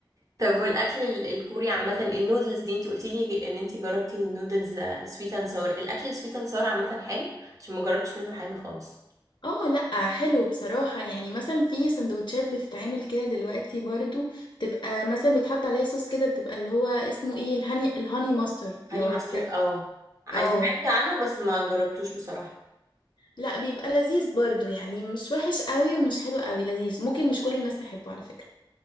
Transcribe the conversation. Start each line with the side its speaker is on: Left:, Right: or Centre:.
Right: طب والاكل ال- الكوري عامة النودلز دي انت قلتي لي ان انت جربتي النودلز سويت اند ساور الاكل السويت اند ساور عامة حلو عشان ما جربتش منه حاجة خالص
Left: اه لا حلو بصراحة يعني مثلا في سندوتشات بتتعمل كده دلوقتي برضو بتبقى مثلا بيتحط عليها صوص كده بتبقى اللي هو اسمه ايه الهاني الهاني ماسترد
Right: هاني
Left: لو
Right: ماستر
Left: عارفاه
Right: اه عايز-
Left: او
Right: سمعت عنه بس ما جربتوش بصراحة
Left: لا بيبقى لذيذ برضو يعني مش وحش قوي ومش حلو قوي لذيذ ممكن مش كل الناس تحبه على فكرة